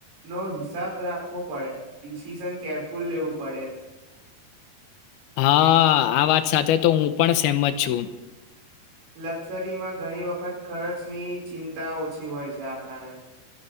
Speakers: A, on the right; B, on the left.
A: નો હિસાબ રાખવો પડે, ડિસિશન કેરફુલ લેવું પડે.
B: હા આ વાત સાથે તો હું પણ સેમત છું.
A: લક્ઝરીમાં ઘણી વખત ખર્ચની ચિંતા ઓછી હોય છે આપણાને.